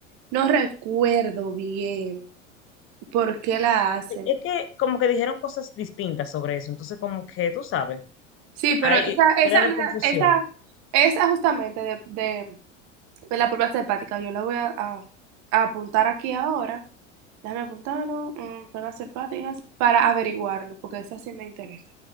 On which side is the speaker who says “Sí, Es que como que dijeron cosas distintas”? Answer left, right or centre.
Left